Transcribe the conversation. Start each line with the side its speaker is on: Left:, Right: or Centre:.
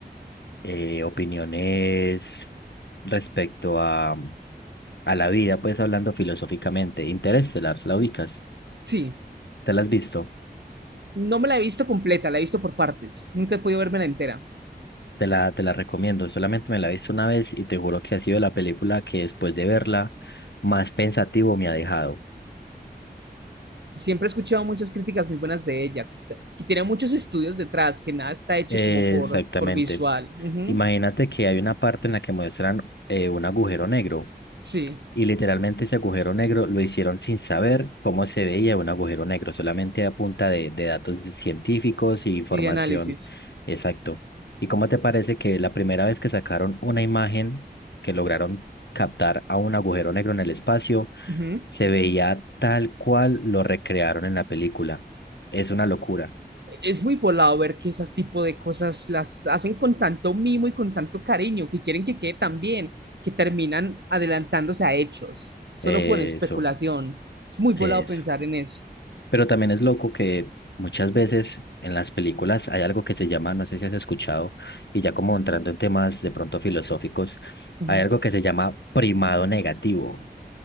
Left: eh, opiniones respecto a, a la vida, pues hablando filosóficamente. Interestelar, ¿la ubicas?
Right: Sí,
Left: ¿Te la has visto?
Right: no me la he visto completa, la he visto por partes. Nunca he podido verme la entera.
Left: Te la, te la recomiendo. Solamente me la he visto una vez y te juro que ha sido la película que después de verla más pensativo me ha dejado.
Right: Siempre he escuchado muchas críticas muy buenas de ella, que, está- que tiene muchos estudios detrás, que nada está hecho
Left: Eh,
Right: como por,
Left: exactamente.
Right: por visual. Ujú.
Left: Imagínate que hay una parte en la que muestran eh, un agujero negro.
Right: Sí,
Left: Y literalmente ese agujero negro lo hicieron sin saber cómo se veía un agujero negro, solamente a punta de, de datos de- científicos y información
Right: y de análisis.
Left: exacto. ¿Y cómo te parece que la primera vez que sacaron una imagen que lograron captar a un agujero negro en el espacio,
Right: Ujú.
Left: se veía tal cual lo recrearon en la película? Es una locura.
Right: Es muy volado ver que ese tipo de cosas las hacen con tanto mimo y con tanto cariño, que quieren que quede tan bien, que terminan adelantándose a hechos, solo
Left: Eso,
Right: por especulación. Es muy
Left: eso.
Right: volado pensar en eso.
Left: Pero también es loco que muchas veces en las películas hay algo que se llama, no sé si has escuchado, y ya como entrando en temas de pronto filosóficos,
Right: Ujú.
Left: hay algo que se llama primado negativo.